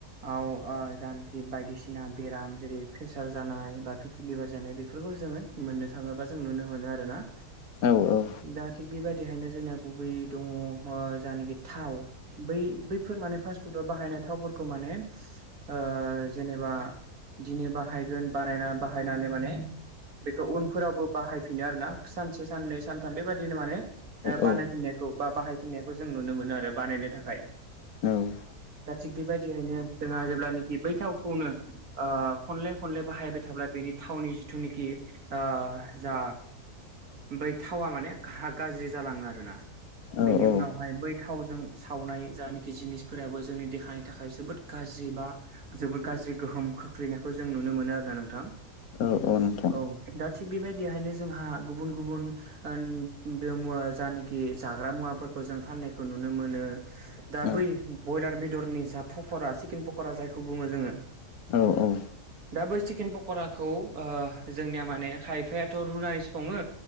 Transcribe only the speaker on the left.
औ औ।
औ
औ औ
औ
औ नोंथां
औ
औ औ।